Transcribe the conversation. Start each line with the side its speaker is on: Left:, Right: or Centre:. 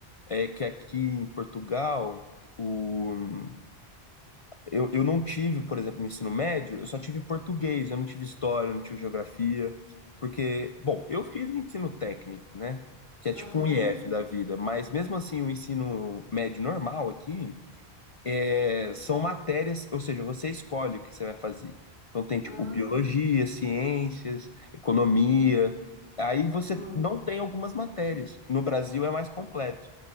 Left: É que aqui em Portugal, o Eu, eu não tive, por exemplo, no ensino médio, eu só tive português, eu não tive história, eu não tive geografia, porque, bom, eu fiz ensino técnico, né? Que é tipo
Right: Aham.
Left: um IF da vida, mas mesmo assim o ensino médio normal aqui é, são matérias, ou seja, você escolhe o que você vai fazer. Então tem
Right: Ah,
Left: tipo biologia, ciências, economia. Aí você
Right: ah.
Left: não tem algumas matérias. No Brasil é mais completo.